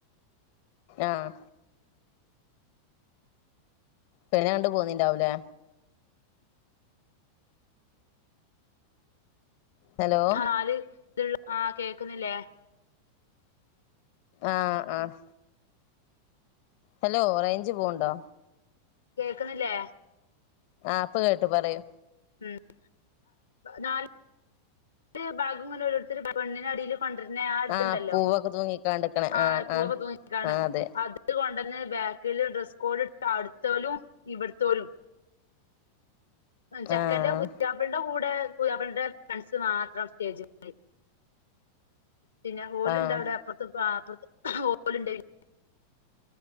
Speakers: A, on the left; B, on the left.
A: ആഹ് പെണ്ണിനെ കണ്ട് പോന്നിണ്ടാവുലേ? ഹലോ
B: പാൽ ഇത്ള്ളെ ആ കേക്കുന്നില്ലേ?
A: ആഹ് ആഹ് ഹലോ റെയ്ഞ്ച് പോവ്ണ്ടോ?
B: കേക്ക്ന്നില്ലേ?
A: ആ ഇപ്പ കേട്ടു പറയു
B: ഉം നാല് ഭാഗങ്ങന ഓരോര്ത്തര് പെണ്ണിനടിൽ കൊണ്ടര്നെ ആത്ണ്ടല്ലോ
A: ആഹ് പൂവൊക്കെ തൂങ്ങിക്കാണ്ട്ക്ക്ണെ
B: ആൽപൂവ്തൂങ്ങിങ്ങാണ്ട്
A: ആഹ് ആഹ് ആഹ് അതെ
B: ആത് ഇത് കൊണ്ടന്നെ ബാക്കില് ഡ്രസ്സ് കോഡ് ഇട്ട അവ്ടുത്തോലും ഇവിടുതോലും ചെക്കന്റെ
A: ആഹ്
B: പുതാപ്ലന്റെ കൂടെ പുതാപ്ലൻന്റെ ഫ്രണ്ട്സ് മാത്രം സ്റ്റേജിമ്മല് പിന്നെ ഓല്ണ്ടവടെ
A: ആഹ്
B: അപ്പറത്ത് പാപ്പുറത്ത് ഓലുണ്ടയ്ന്